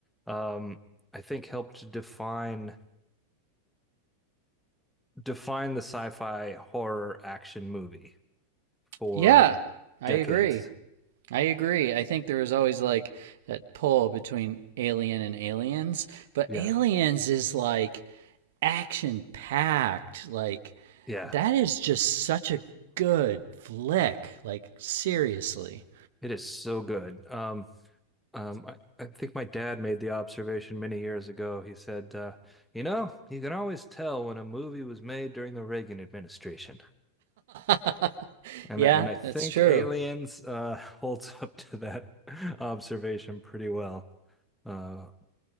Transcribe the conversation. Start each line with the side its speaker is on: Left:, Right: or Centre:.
Centre: um, I think helped define define the sci-fi horror action movie for
Right: Yeah, I
Centre: decades.
Right: agree. I agree. I think there was always like that pull between Alien and Aliens, but
Centre: Yeah,
Right: Aliens is like action packed. Like
Centre: yeah,
Right: that is just such a good flick. Like seriously.
Centre: it is so good. Um, Um, I, I think my dad made the observation many years ago. He said, uh, you know, you can always tell when a movie was made during the Reagan administration.
Right: <laughs>
Centre: And
Right: yeah,
Centre: I, and I think
Right: that's true.
Centre: Aliens uh, <laughs> holds up to that <laughs> observation pretty well. Uh,